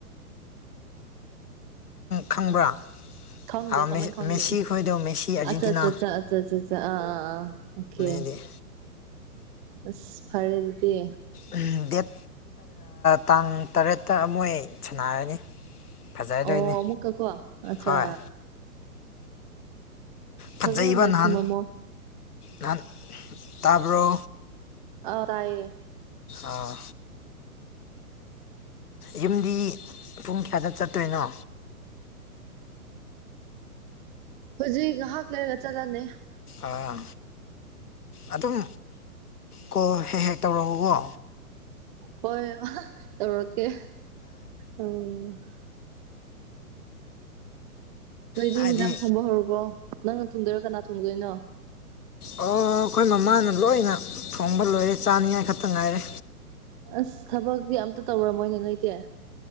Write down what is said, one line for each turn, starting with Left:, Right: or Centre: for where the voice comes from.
Right: <inaudible>
Left: ꯈꯪꯕ꯭ꯔꯥ
Right: ꯈꯥꯎꯗꯦ
Left: ꯑꯥ,
Right: ꯀꯃꯥꯏ
Left: ꯃꯦꯁꯤ ꯃꯦꯁꯤ
Right: ꯈꯥꯎꯗꯦ
Left: ꯈꯣꯏꯗꯣ ꯃꯦꯁꯤ
Right: ꯑꯆꯥ
Left: ꯑꯥꯔꯖꯦꯟꯇꯤꯅꯥ
Right: ꯑ ꯑ ꯑꯣ
Left: ꯑ
Right: ꯑꯁ ꯐꯔꯦ ꯑꯗꯨꯗꯤ
Left: ꯎꯝ, ꯗꯦꯠ ꯇꯥꯡ ꯇꯔꯦꯠꯇ ꯃꯣꯏ ꯁꯥꯟꯅꯔꯅꯤ ꯐꯖꯗꯣꯏꯅꯤ
Right: ꯑꯣ ꯑꯃꯃꯨꯛꯀ ꯀ ꯑꯆꯥ
Left: ꯍꯣꯏ ꯐꯖꯩꯕ
Right: ꯐꯖꯅ ꯂꯥꯏ
Left: ꯅꯍꯥꯟ
Right: ꯈꯨꯔꯨꯝꯃꯝꯃꯣ
Left: ꯅꯍꯥꯟ ꯇꯥꯕ꯭ꯔꯣ
Right: ꯑ ꯇꯑꯌꯦ
Left: ꯑꯥ ꯌꯨꯝꯗꯤ ꯄꯨꯡ ꯀꯌꯥꯗ ꯆꯠꯇꯣꯏꯅꯣ
Right: ꯍꯧꯖꯤꯛ ꯉꯥꯏꯍꯥꯛ ꯂꯩꯔꯒ ꯆꯠꯂꯅꯤ
Left: ꯑꯥ ꯑꯗꯨꯝ ꯀꯣ ꯍꯦꯛ ꯍꯦꯛ ꯇꯧꯔꯛꯎꯀꯣ
Right: ꯍꯣꯏ ꯇꯧꯔꯀꯦ ꯎꯝ ꯅꯣꯏꯗꯤ
Left: ꯍꯥꯏꯗꯤ
Right: ꯌꯦꯟꯖꯥꯡ ꯊꯣꯡꯕ ꯍꯧꯔꯕꯣ ꯅꯪꯅ ꯊꯣꯡꯗꯣꯏꯔꯣ ꯀꯅꯥ ꯊꯣꯡꯗꯣꯏꯅꯣ
Left: ꯑꯣ ꯑꯩꯈꯣꯏ ꯃꯃꯥꯅ ꯂꯣꯏꯅ ꯊꯣꯡꯕ ꯂꯣꯏꯔꯦ ꯆꯥꯅꯤꯉꯥꯏ ꯈꯛꯇ ꯉꯥꯏꯔꯦ
Right: ꯑꯁ ꯊꯕꯛꯛꯇꯤ ꯑꯝꯇ ꯇꯧꯔꯃꯣꯏꯅꯦ ꯅꯣꯏ ꯏꯗꯤ